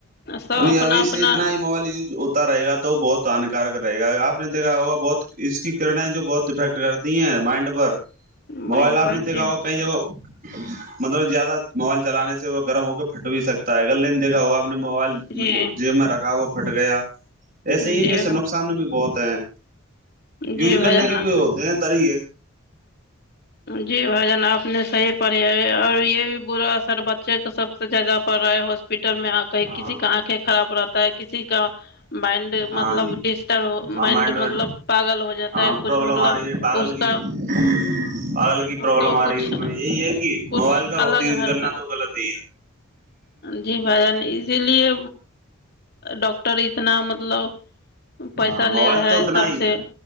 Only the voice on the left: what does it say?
سب
اپنا
اپنا
مائنڈ
پر
جی
جی
جی
بھائی
جی
بھائی
جان
جی بھائی جان آپ نے صحیح پڑھ اور یہ بھی برا اثر بچے کا سب سے زیادہ پ رہا ہے ہاسپٹل میں کہیں
کسی کا آنکھیں خراب رہتا ہے کسی کا مائنڈ
مطلب
ڈسٹرب
مائنڈ
مطلب پاگل ہو جاتا
ہے کچھ
مطلب
اس کا
مطلب
کچھ
کچھ
الگ
حرکت
جی بھائی نہیں اسی لیے ڈاکٹر اتنا مطلب پیسہ
لے رہا
ہے
سب
سے